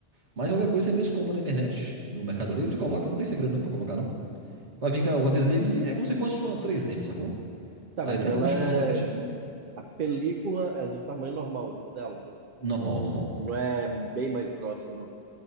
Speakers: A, on the right (about 80°); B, on the right (about 55°).
A: Mas qualquer coisa você mesmo compra na internet, no Mercado Livre, e coloca, não tem segredo não pra colocar não. Pra vir com o adesivozinho, é como se fosse uma três m sacou?
B: Tá,
A: Aí
B: mas
A: tem a
B: ela
A: forma de
B: é.
A: colocar certinho.
B: A película é do tamanho normal da tela.
A: Normal,
B: Não,
A: normal.
B: não é bem mais grossa, não.